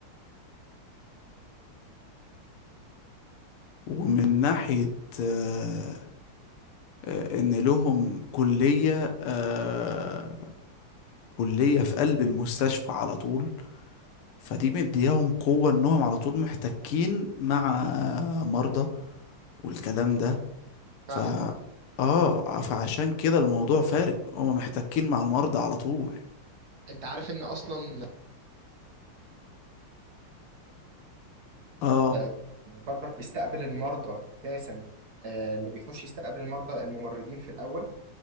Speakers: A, on the left (about 80°); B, on the right (about 50°).
A: ومن ناحية آه آه ان لهم كلية آه كلية في قلب المستشفى على طول فدي مدياهم قوة انهم على طول محتكين مع مرضى والكلام
B: مم.
A: ده
B: فعلا
A: ف اه فعشان كده الموضوع فارق هما محتكين مع المرضى على طول
B: انت عارف ان اصلا
A: اه
B: آه، بره بيستقبل المرضى اساسا آه، اللي بيخش يستقبل المرضى الممرضين في الاول